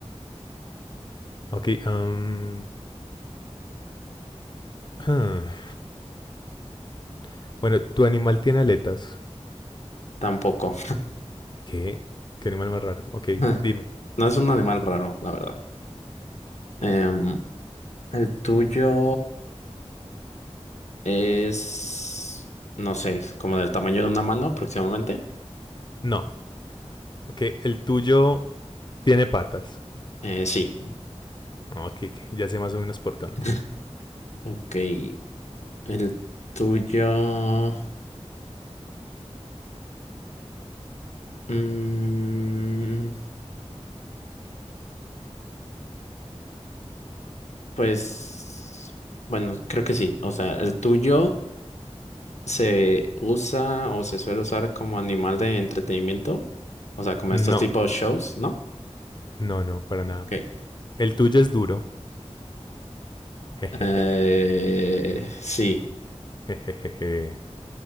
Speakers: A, on the left; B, on the left.
A: Ok, am, ah, <sighs> bueno, tu animal tiene aletas.
B: tampoco.
A: ¿Qué? ¿Qué animal más raro? Ok,
B: <laughs>
A: dime.
B: No es un animal raro, la verdad. Em, el tuyo es, no sé, como del tamaño de una mano aproximadamente.
A: No. Ok, el tuyo tiene patas.
B: Eh, sí.
A: Ok, ok, ya sé más o menos por dónde.
B: <laughs> Ok, el tuyo, mm, pues, bueno, creo que sí. O sea, el tuyo se usa o se suele usar como animal de entretenimiento. O sea, como
A: No,
B: estos tipos de shows, ¿no?
A: no, no, para nada.
B: Ok.
A: El tuyo es duro. <laughs> Jejejeje.
B: Eh, sí.
A: Jejejeje.